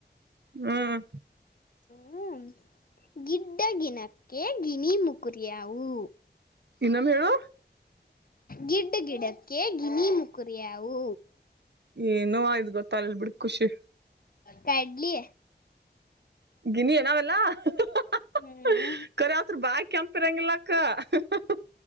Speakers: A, on the right; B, on the left.
A: ಹ್ಮ್
B: ಹ ಗಿಡ್ಡ ಗಿನಕ್ಕೆ ಗಿನಿ ಮುಕುರಿಯವು?
A: ಇನ್ನೊಮ್ಮೆ ಹೇಳು.
B: ಗಿಡ್ ಗಿಡಕ್ಕೆ ಗಿನಿ ಮುಕುರಿಯಾವು?
A: ಏನು ಆಯ್ದ್ ಗೊತ್ತಾಲಲ್ ಬಿಡ್ ಖುಷಿ.
B: ಕಡ್ಲಿ
A: ಗಿನಿ ಏನಾವೆಲ್ಲಾ ಹ ಹ ಹ ಹ
B: ಹ್ಮ್
A: ಹ ಕರಿಯತ್ರ್ ಬಾ ಕರಂಗಿಲಾಕ್ಕ ಹ ಹ ಹ